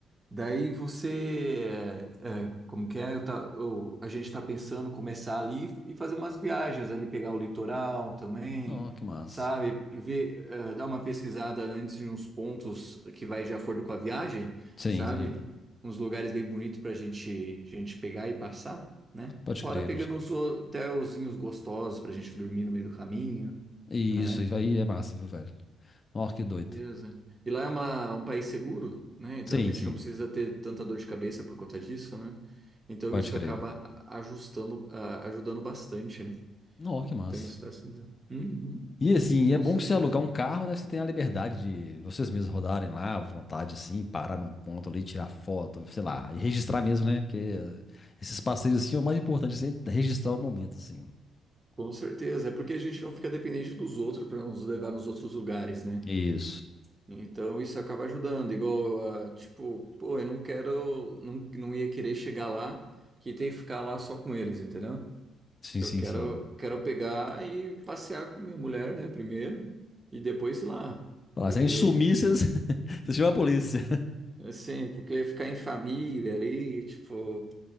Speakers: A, on the right (about 25°); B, on the left (about 35°).
A: Daí você, é, é, como que é? Eu tá, eu- a gente está pensando começar ali e fazer umas viagens ali, pegar o litoral também,
B: Ó, que massa.
A: sabe? E Ver, é, dar uma pesquisada antes de uns pontos que vai de acordo com a viagem,
B: Sim,
A: sabe?
B: sim.
A: Uns lugares bem bonitos para a gente, gente pegar e passar, né?
B: Pode
A: Fora
B: crer,
A: pegando
B: pode crer.
A: uns hotelzinhos gostosos para a gente dormir no meio do caminho,
B: E
A: né?
B: isso aí vai- é massa, viu, velho? Nossa, que doido.
A: Beleza. E lá é uma- um país seguro, né? Então
B: Sim,
A: a gente
B: sim.
A: não precisa ter tanta dor de cabeça por conta disso, né? Então
B: Pode
A: isso
B: crer.
A: acaba a- ajustando, a- ajudando bastante, né?
B: não que massa.
A: Então isso faz sentido. Uhum,
B: E assim,
A: com
B: é bom
A: certeza.
B: que você alugar um carro, né? Você tem a liberdade de vocês mesmos rodarem lá, à vontade, assim, parar num ponto ali, tirar foto, sei lá, e registrar mesmo, né? Que esses passeios, assim, é o mais importante, você registrar o momento, assim.
A: Com certeza. É porque a gente não fica dependente dos outros para nos levar nos outros lugares, né?
B: Isso.
A: Então isso acaba ajudando. Igual, ah, tipo, pô, eu não quero, não, não ia querer chegar lá que ter que ficar lá só com eles, entendeu?
B: Sim,
A: Eu
B: sim,
A: quero,
B: sim.
A: quero pegar e passear com minha mulher, né, primeiro, e depois ir lá,
B: Falar,
A: porque,
B: se a gente sumir, vocês, <laughs> vocês chamam a polícia.
A: é, é assim, porque ficar em família ali, tipo,